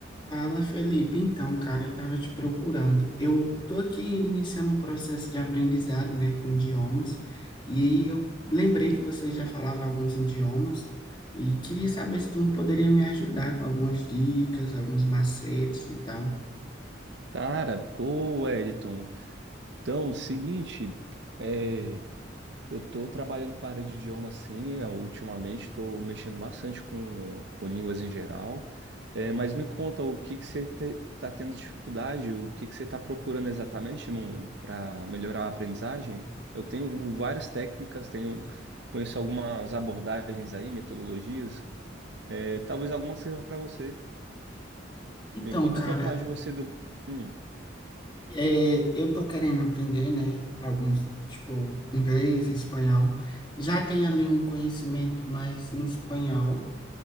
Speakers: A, on the left; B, on the right.
A: Fala, Felipe. Então, cara, eu estava te procurando. Eu tô aqui iniciando um processo de aprendizado, né, com idiomas, e aí eu lembrei que você já falava alguns idiomas e queria saber se tu não poderia me ajudar com algumas dicas, alguns macetes e tal.
B: Cara, pô, Wellington. Então, seguinte, é, eu tô trabalhando com a área de idioma assim, eu, ultimamente tô mexendo bastante com, com línguas em geral. É, mas me conta, o que que você te- tá tendo dificuldade? O que que você tá procurando exatamente para melhorar a aprendizagem? Eu tenho várias técnicas, tenho conheço algumas abordagens aí, metodologias. É, talvez alguma sirva para você.
A: Então,
B: Me conta
A: cara,
B: um pouco mais de você do. Hum,
A: é, eu tô querendo aprender, né, alguns, tipo, inglês, espanhol. Já tenho ali um conhecimento mais em espanhol.